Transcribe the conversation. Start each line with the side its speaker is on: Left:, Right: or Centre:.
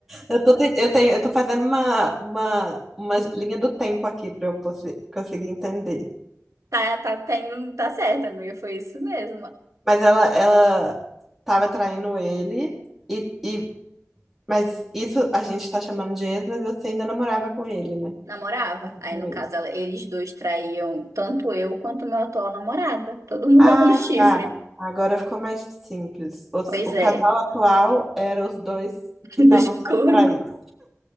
Centre: Eu tô, te- eu tenho, eu tô fazendo uma, uma, uma linha do tempo aqui para eu possi- conseguir entender.
Right: Tá, tá, tá, indo- tá certo, amiga, foi isso mesmo.
Centre: Mas ela, ela tava traindo ele, e, e, mas isso a gente tá chamando de ex, mas você ainda namorava com ele, né?
Right: Namorava.
Centre: Com
Right: Aí, no
Centre: ele.
Right: caso, ela- eles dois traíam tanto eu quanto meu atual namorado. Todo mundo
Centre: Ah,
Right: levando chifre.
Centre: tá. Agora ficou mais simples. Os-
Right: Pois
Centre: O,
Right: é,
Centre: casal atual era os dois
Right: <laughs>
Centre: que
Right: dos
Centre: estavam sendo
Right: cornos.
Centre: traídos.